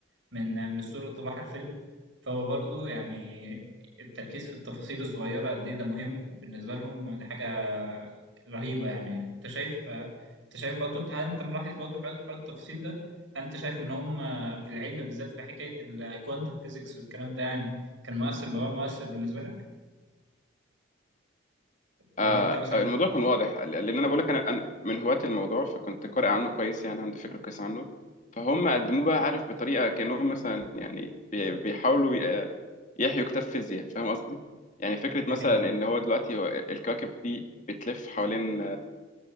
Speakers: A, on the right (about 75°); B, on the left (about 40°).
A: من من الصورة اللي طبعها الفيلم فهو برضو يعني التركيز في التفاصيل الصغيرة قد إيه ده مهم بالنسبة لهم دي حاجة رهيبة يعني أنت شايف أنت شايف برضو أنت هل أنت ملاحظ برضو حوار حوار التفاصيل ده هل أنت شايف إن هم في العلم بالذات في حكاية الكوانتم فيزيكس والكلام ده يعني كان مؤثر الموضوع مؤثر بالنسبة لك ولا
B: آه
A: أنت مثلا
B: الموضوع كان واضح لان انا بقول لك انا أنا من هواة الموضوع فكنت قارئ عنه كويس يعني عندي فكره كويس عنه فهم قدموه بقى عارف بطريقه كانهم مثلا يعني بي- بيحاولوا ي- يحيوا كتاب فيزياء فاهم قصدي يعني فكره
A: ناحية
B: مثلا ان هو دلوقتي هو الكواكب دي بتلف حوالين